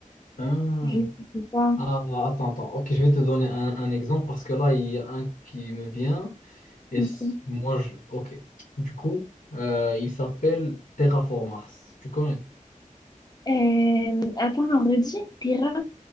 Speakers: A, on the left; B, on the left.
A: Ah,
B: je sais pas.
A: Ah, attends, attends. Ok, je vais te donner un, un exemple parce que là, il y a un qui me vient et
B: Ok.
A: s- moi, je... Ok. Du coup, euh, il s'appelle Terraformars. Tu connais?
B: Euh, attends, redis, Terra.